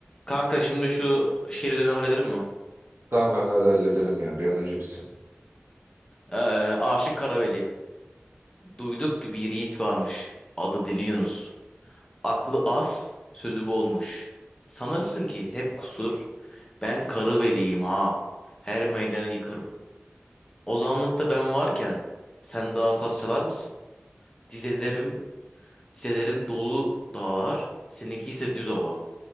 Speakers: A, on the left; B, on the right.
A: Kanka şimdi şu şehir ödevini halledelim mi?
B: Tamam kanka hadi halledelim ya bir an önce bitsin.
A: Ee, Aşık Karaveli. Duyduk ki bir yiğit varmış. Adı Dili Yunus. Aklı az, sözü bolmuş. Sanırsın ki hep kusur. Ben Karaveliyim ha. Her meydanı yıkarım. Ozanlıkta ben varken sen daha saz çalar mısın? Dizelerim, dizelerim dolu dağlar. Seninki ise düz ova.